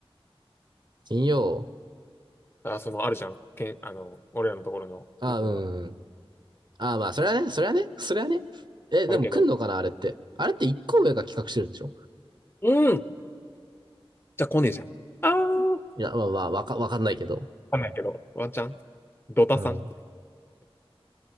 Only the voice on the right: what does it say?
金曜。
あ、うん。あ、まあ、それはね、それはね、それはね。え、
でも来んのかな、あれって。あれって一個上が企画してるんでしょ
いや、まあまあ、わか、わかんないけど。
うん。